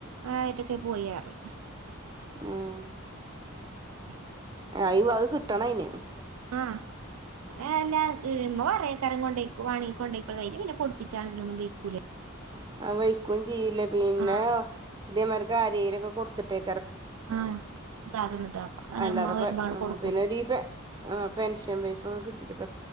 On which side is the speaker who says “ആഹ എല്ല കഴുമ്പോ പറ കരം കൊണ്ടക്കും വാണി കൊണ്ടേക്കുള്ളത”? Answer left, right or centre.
Right